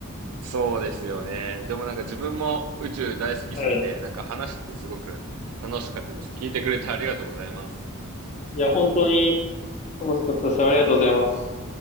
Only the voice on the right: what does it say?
そうですよね。でもなんか自分も宇宙大好きすぎて、
なんか話しててすごく楽しかったです。聞いてくれてありがとうございます。